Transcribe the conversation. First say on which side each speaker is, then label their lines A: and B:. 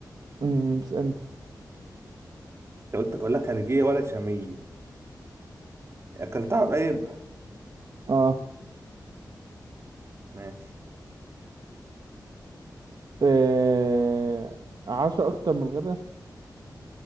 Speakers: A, on the right (about 65°); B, on the right (about 40°).
A: أمم، اسألني
B: أنت قلت أكلها خليجية ولا شامية أكلتها قريب
A: اه
B: ماشي
A: آه، عشاء أكتر من الغداء؟